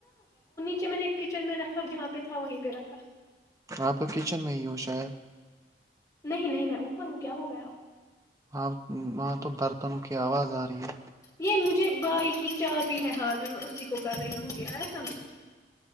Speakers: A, on the left; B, on the right.
A: چ میں نے کچن میں رکھا جہاں پہ تھا وہیں پہ رکھا
B: آپ تو کچن میں ہی ہو شایر
A: نہیں نہیں میں اوپر ہوں کیا ہو گیا آپ کو
B: ہاں وہاں تو برتنوں کی آواز آ ر رہی ہے
A: یہ مجھے بائی کی چا بھی ہے ہاتھ میں اسی کو کر رہی ہوں گی آیا سمجھ